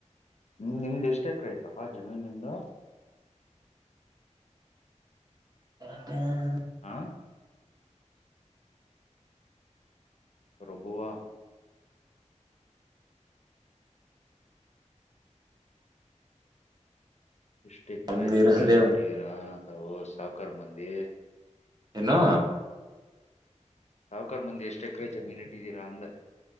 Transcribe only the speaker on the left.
ಹ್ಮ್ ನಿಮ್ದ್ ಎಷ್ಟ್ ಎಕ್ರೆ ಐ್ತಪಾ ಜಮೀನ್ ನಿಂದು.
ಹ್ಹಾ. ಪ್ರಬು ವ. ಎಸ್ಟ್ ಎಕರೆ
ಜಮೀನ ಇಟ್ಟಿರಾ ಅಥವು ಸಾವಕರ್ ಮಂದಿ.
ಸಾವಕಾರ ಮಂದಿ ಎಷ್ಟು ಎಕ್ರೇ ಜಮೀನ್ ಇಟ್ಟಿದೀರಾ ಅಂದೇ.